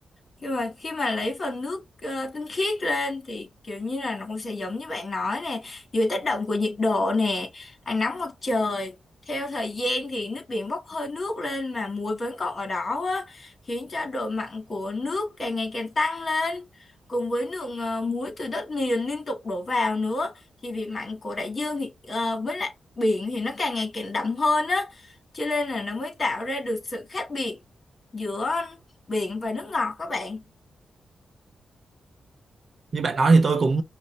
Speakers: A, on the left; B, on the right.
A: khi mà khi mà lấy phần nước ờ, tinh khiết lên thì kiểu như là nó cũng sẽ giống như bạn nói nè dưới tác động của nhiệt độ nè ánh nắng mặt trời theo thời gian thì nước biển bốc hơi nước lên mà muối vẫn còn ở đó á, khiến cho độ mặn của nước càng ngày càng tăng lên cùng với lượng ờ, muối từ đất liền liên tục đổ vào nữa thì vị mặn của đại dương thì ờ, với lại biển thì nó càng ngày càng đậm hơn á cho nên là nó mới tạo ra được sự khác biệt giữa biển và nước ngọt các bạn
B: như bạn nói thì tôi cũng